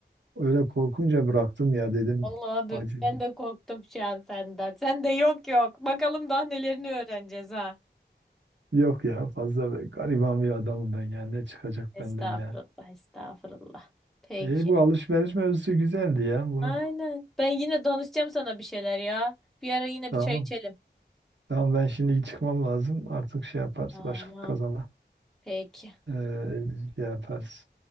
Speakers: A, on the right; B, in the centre.
A: Öyle korkunca bıraktım ya dedim.
B: Vallahi abi
A: Acı.
B: ben de korktum şu an senden. Sen de yok yok. Bakalım daha nelerini öğreneceğiz ha.
A: Yok ya fazla be- gariban bir adamım ben yani ne çıkacak
B: Estağfurullah,
A: benden ya.
B: estağfurullah. Peki.
A: İyi bu alışveriş mevzusu güzeldi ya bunu.
B: Aynen. Ben yine danışacağım sana bir şeyler ya. Bir ara yine
A: Tamam.
B: bir çay içelim.
A: Tamam ben şimdi çıkmam lazım. Artık şey yaparız
B: Tamam.
A: başka kazana
B: Peki.
A: Ee, şey yaparız.